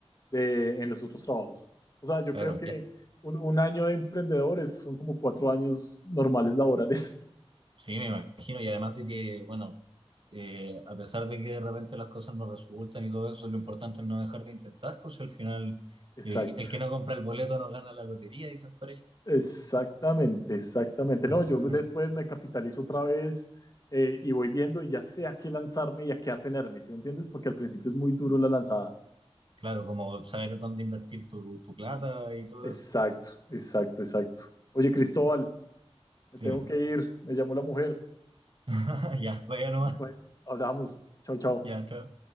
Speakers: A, on the left (about 35°); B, on the right (about 55°).
A: de, en los otros trabajos. O sea, yo
B: Claro,
A: creo que
B: ya-
A: un, un año de emprendedores son como cuatro años normales laborales.
B: sí, me imagino. Y además de que, bueno, eh, a pesar de que de repente las cosas no resultan y todo eso, lo importante es no dejar de intentar, pues si al final
A: <laughs> Exacto,
B: eh, el que no compra el boleto no gana la lotería, dicen por ahí.
A: exactamente, exactamente.
B: <laughs>
A: No, yo después me capitalizo otra vez eh, y voy viendo y ya sé a qué lanzarme y a qué atenerme, ¿sí me entiendes? Porque al principio es muy duro la lanzada.
B: Claro, como saber dónde invertir tu, tu plata y todo
A: Exacto,
B: eso.
A: exacto, exacto. Oye, Cristóbal, me tengo
B: Dime.
A: que ir, me llamó la mujer.
B: <laughs> Ya, vaya nomás.
A: Bueno, hablamos. Chao, chao.
B: Ya, chao.